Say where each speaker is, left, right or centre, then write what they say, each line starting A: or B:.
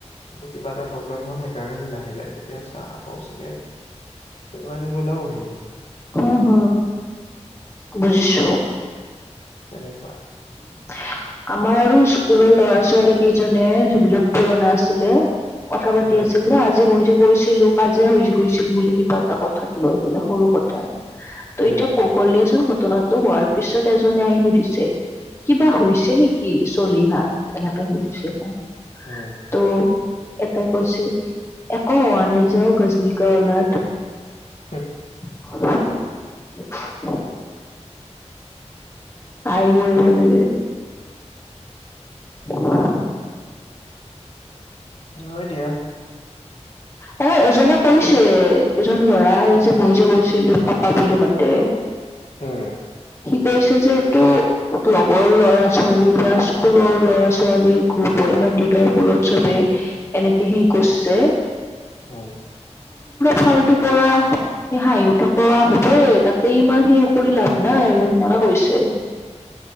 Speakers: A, on the left; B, on the left.
A: মোৰ কিবা এটা প্ৰব্লেম হ'ল সেইকাৰণে সি নাহিলে এতিয়া চা আকৌ চাগে কোনবা দিন ওলাবহি
B: উম হম বুজিছো
A: তেনেকুৱা
B: অ <unintelligible> আমাৰ আৰু স্কুলৰ ল'ৰা ছোৱালী কেইজনে যিবিলাক পুৰণা আছিলে কথা পাতি
A: উম
B: আছিল ন আজি মই যে গৈছিলো কাজিয়া হৈ গৈছিল বুলি কিবা এটা কথাত লয় বোলে সৰু কথাত ত
A: উম
B: এতিয়া কৌশল দিয়াচোন ঘটনাটো হোৱাৰ পিছত এজনে আহি সুধিছে কিবা হৈছে নেকি চলিহা এনেকুৱা হৈ দিছে হা
A: অ
B: ত' এটাই কৈছে একো হোৱা নাই যাও গাজনীকা ওলাত
A: উম
B: অ <unintelligible> আই মৰিব লাগে উ <unintelligible>
A: হয় দিয়া।
B: ত এজনে কৰিছে এজন ল'ৰা এই যে মই যে গৈছিলো পাপা বুলি মাতে। উ <unintelligible>
A: হম।
B: কৈছে যে এইটো লগৰ ল'ৰা ছোৱালী বা স্কুলৰ ল'ৰা ছোৱালীৰ গ্ৰুপৰ। ইমান দিনৰ মূৰত চবেই এনেকে হি গুচছে।
A: অ।
B: ফালটো কৰা। সেই হাঁহিও থকা কৰি হ'বই। তাতে ইমান সেই কৰি লাভ নাই আৰু সে। হৈছে।